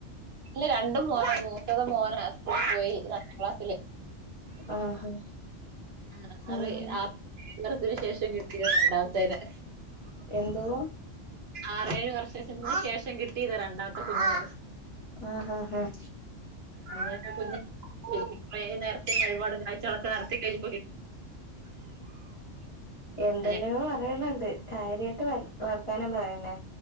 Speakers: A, on the right; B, on the left.
A: ഇല്ല രണ്ടും മോനാ മൂ ത്തത് മോന സ്കൂള് പോയി രണ്ടാം ക്ലാസ്സില്
B: ആഹാ
A: ഉം
B: ആഹ്
A: ആറെ ആറ് <unintelligible> ശേഷം കിട്ടിയ <inaudible> ഞാം തന്നെ
B: എന്തോ
A: ആറേ, ഏഴു വർഷത്തിന് ശേഷം കിട്ടിയതാ രണ്ടാമത്തെ കുഞ്ഞിനെ
B: ആഹ് ആഹ് ആഹ്
A: അങ്ങനെ കുഞ്ഞ് കൊറെ നേർച്ചെ വഴിപാടും കാഴ്ചകളൊക്കെ നടത്തി കഴി
B: എന്തെല്ലോ
A: അതെ
B: പറയണണ്ട് കാര്യായിട്ട് വ വർത്താനം പറയന്നെ